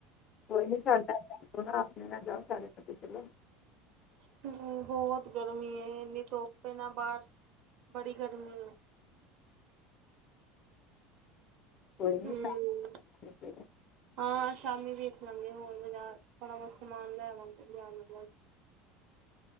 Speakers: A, on the left; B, on the right.
A: ਕੋਈ ਨਹੀਂ ਸਾਡੇ ਦ ਨਾ ਆਪਣੇ ਨਾ ਜਾਓ ਸਾਡੇ ਚਲੋ।
B: ਕਾਰਨ ਬਹੁਤ ਗਰਮੀ ਹੈ, ਇੰਨੀ ਧੋਪ ਹੈ ਨਾ ਬਾਹਰ ਬੜੀ ਗਰਮੀ ਹੈ।
A: ਕੋਈ ਨਹੀਂ
B: ਹਮ
A: ਸ਼ਾਮ
B: ਹਾਂ ਸ਼ਾਮੀ ਵੇਖ ਲਾਂਗੇ ਹੋਰ ਥੋੜਾ ਬਹੁਤ ਸਮਾਨ ਲੈ ਲਵਾਂਗੇ ਲੈਨ ਵਾਲਾ ਹੈ।